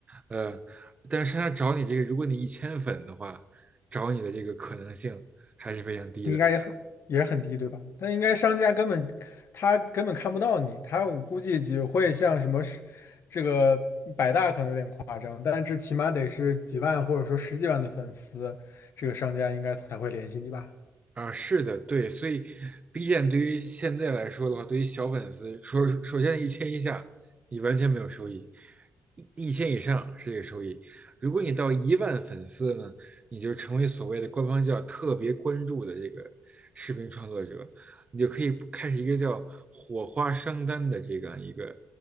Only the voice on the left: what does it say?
你应该也很也很低，对吧？但应该商家根本他根本看不到你，他我估计只会像什么是这个百大可能有点夸张，但是起码得是几万或者说十几万的粉丝，这个商家应该才会联系你吧？